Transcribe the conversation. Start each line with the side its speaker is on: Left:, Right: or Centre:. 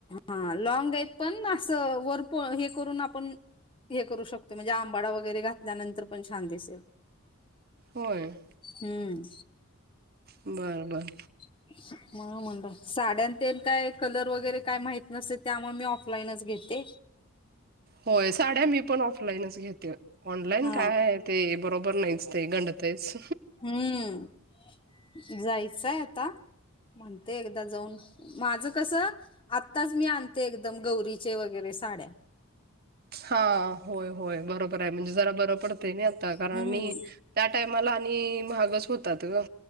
Left: हा लॉंग आहे. पण असं वर पो हे करून आपण हे करू शकतो म्हणजे आंबाडा वगैरे घातल्यानंतर पण छान दिसेल.
Right: होय,
Left: हम्म,
Right: बरं बरं,
Left: <inaudible> म्हणून म्हणलं, साड्या ते काय कलर वगैरे काय माहीत नसते. त्यामुळे मी ऑफलाईनच घेते.
Right: होय, साड्या मी पण ऑफलाईनच घेते. ऑनलाईन
Left: हा
Right: काय? ते बरोबर नाहीच ते गंडतेच.
Left: हम्म जायचंय आता म्हणते. एकदा जाऊन माझं कसं आत्ताच मी आणते. एकदम गौरीचे वगैरे साड्या.
Right: हा होय होय बरोबर आहे. म्हणजे जरा बर पडतय नाही. आता कारण
Left: हम्म
Right: नाही. त्या टायमाला आणि महागच होतात ग.